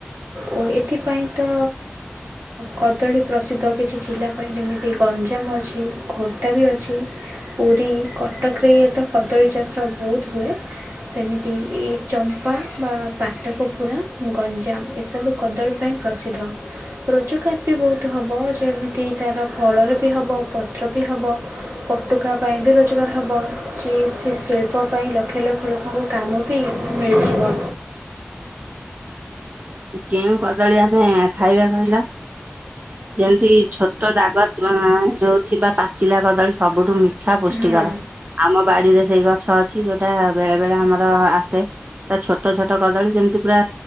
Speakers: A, on the right; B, on the right.
A: ଓ ଏଥିପାଇଁ ତ କଦଳୀ ପ୍ରସିଦ୍ଧ କିଛି ଜିଲ୍ଲା ପାଇଁ ଯେମିତି ଗଞ୍ଜାମ ଅଛି ଖୋର୍ଦ୍ଧା ବି ଅଛି। ପୁରୀ କଟକରେ ଇଏ ତ କଦଳୀ ଚାଷ ବହୁତ ହୁଏ। ସେମିତି ଚମ୍ପା ବା ପା ପୋପୁରା ଗଞ୍ଜାମ ଏସବୁ କଦଳୀ ପାଇଁ ପ୍ରସିଦ୍ଧ। ରୋଜଗାର ବି ବହୁତ ହବ ଯେମିତି ତାର ଫଳରେ ବି ହେବ ପତ୍ର ବି ହେବ। ପଟୁକା ପାଇଁ ବି ରୋଜଗାର ହବ ଯିଏ ସେ ଶିଳ୍ପ ପାଇଁ ଲକ୍ଷ ଲକ୍ଷ ଲୋକଙ୍କୁ କାମ ବି ମିଳିଯିବ।
B: କେଉଁ କଦଳୀ ଆମେ ଖାଇବା କହିଲ? ଯେମିତି ଛୋଟ ଦାଗ ଯୋଉଥିବା ପାଚିଲା କଦଳୀ ସବୁଠୁ ମିଠା ପୁଷ୍ଟିକର।
A: ହୁଁ।
B: ଆମ ବାଡିରେ ସେଇ ଗଛ ଅଛି ଯୋଉଟା ବେଳେ-ବେଳେ ଆମର ଆସେ। ପୁରା ଛୋଟ-ଛୋଟ କଦଳୀ ଯେମିତି ପୁରା